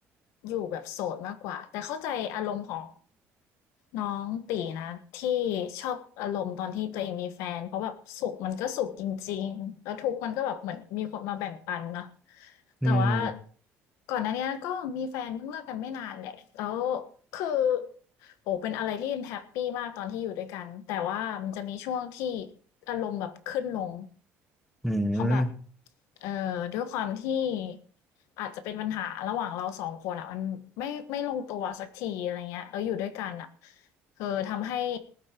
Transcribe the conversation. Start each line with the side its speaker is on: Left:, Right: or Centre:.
Left: อยู่แบบโสดมากกว่าแต่เข้าใจอารมณ์ของน้องตีนะที่ชอบอารมณ์ตอนที่ตัวเองมีแฟนเพราะแบบสุขมันก็สุขจริงๆแล้วทุกข์มันก็แบบเหมือนมีคนมาแบ่งปันเนาะ
Centre: อืม
Left: แต่ว่าก่อนหน้าเนี้ยก็มีแฟนเพิ่งเลิกกันไม่นานแหละแล้วคือ โอ้เป็นอะไรที่แฮปปี้มากตอนที่อยู่ด้วยกัน แต่ว่ามันจะมีช่วงที่อารมณ์แบบขึ้นลง
Centre: อืม
Left: เพราะแบบเอ่อด้วยความที่อาจจะเป็นปัญหาระหว่างเราสองคนอะมันไม่ไม่ลงตัวสักทีอะไรเงี้ยแล้วอยู่ด้วยกันอะเออทำให้